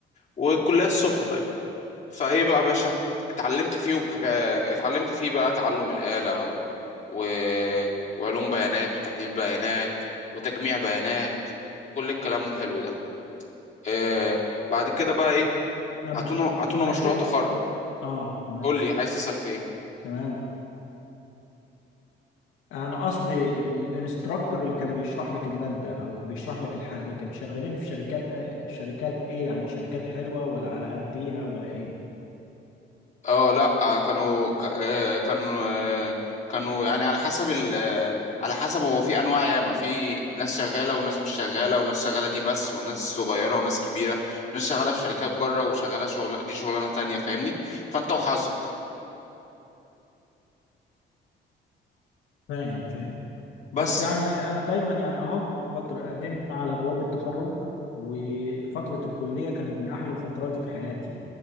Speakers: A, on the left; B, on the left.
A: والكلية الصبح طيب فإيه بقى يا باشا اتعلمت فيهم حاجة اتعلمت فيه بقى تعلم الآلة و... وعلوم بيانات وتحليل بيانات وتجميع بيانات وكل الكلام الحلو ده آه بعد كده بقى إيه
B: طب
A: عطونا عطونا
B: بس
A: مشروع تخرج
B: اه تمام
A: قول لي عايز تسأل في إيه
B: تمام انا قصدي الانستراكتور اللي كان بيشرح لك الماده او بيشرح لك الحاجه كان شغالين في شركات آه، شركات ايه يعني شركات حلوه ولا على قد ايها ولا ايه
A: اه لا آه، كانوا ك- آه، كانوا آه، كانوا يعني على حسب ال آه، على حسب هو في انواع ياما في ناس شغاله وناس مش شغاله وناس شغاله دي بس وناس صغيره وناس كبيره ناس شغاله في شركات بره وشغاله شغل دي شغلانه تانية فاهمني فانت وحظك
B: فاهم فاهم
A: بس
B: بس يعني انا دايما يعني اهو فتره قدينا احنا على ابواب التخرج وفتره الكليه كانت من احلى الفترات في حياتي